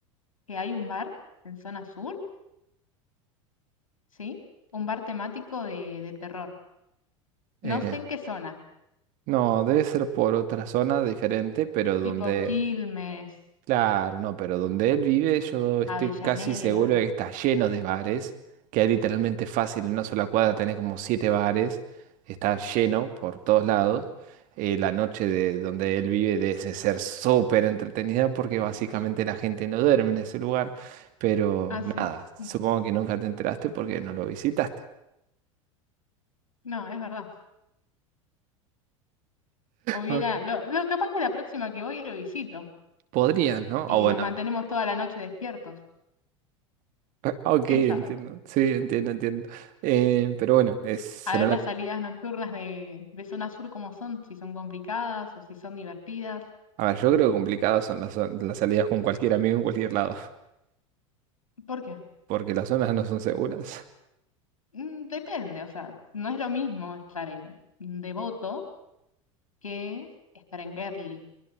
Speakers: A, on the left (about 90°); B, on the right (about 50°).
A: que hay un bar en zona sur, ¿sí? Un bar temático de, de terror.
B: eh,
A: No sé en qué zona.
B: No, debe ser por otra zona diferente, pero donde...
A: tipo Quilmes,
B: Claro, no, pero donde él vive yo estoy
A: Avellaneda.
B: casi seguro de que está lleno de bares, que hay literalmente fácil en una sola cuadra tenés como siete bares, está lleno por todos lados. Eh, la noche de donde él vive debe ser súper entretenida porque básicamente la gente no duerme en ese lugar, pero
A: Ah, sí.
B: nada,
A: No,
B: supongo que nunca te enteraste porque no lo visitaste.
A: no, es verdad. Hubiera,
B: Ah,
A: lo, lo- capaz que la próxima que voy lo visito
B: Podrías, ¿no?
A: y
B: O bueno,
A: nos mantenemos toda la noche despiertos.
B: Ah, Ok,
A: ¿Quién
B: entiendo.
A: sabe?
B: Sí, entiendo, entiendo. Eh, pero bueno, es, será
A: A ver
B: una...
A: las salidas nocturnas de, de zona sur cómo son, si son complicadas o si son divertidas.
B: A ver, yo creo que complicadas son las, zon- las salidas con cualquier amigo en cualquier lado,
A: ¿Por qué?
B: <laughs> porque las zonas no son seguras.
A: Mm, Depende, o sea, no es lo mismo estar en Devoto que estar en Gerli,